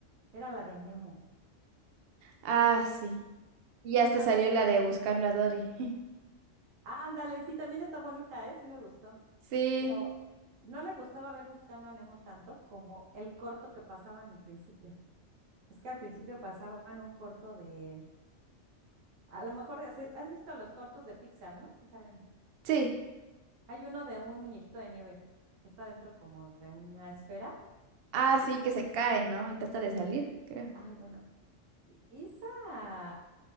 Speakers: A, on the right; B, on the right.
A: Era la de Nemo.
B: Ah, sí. Y hasta
A: Ah,
B: salió la de Buscando a Dory. <laughs>
A: Ándale, sí, también está bonita, ¿eh? Sí me gustó.
B: Sí,
A: pero No le gustaba ver Buscando a Nemo tanto como el corto que pasaban al principio. Es que al principio pasaban un corto de, a lo mejor, así es- has visto los cortos de Pixar, ¿no? Que salen.
B: sí.
A: Hay uno de un muñequito de nieve que está dentro como de una esfera
B: Ah,
A: y que
B: sí,
A: quiere
B: que
A: salirse.
B: se cae, ¿no? Y trata de salir, creo.
A: Ay, bueno, y esa,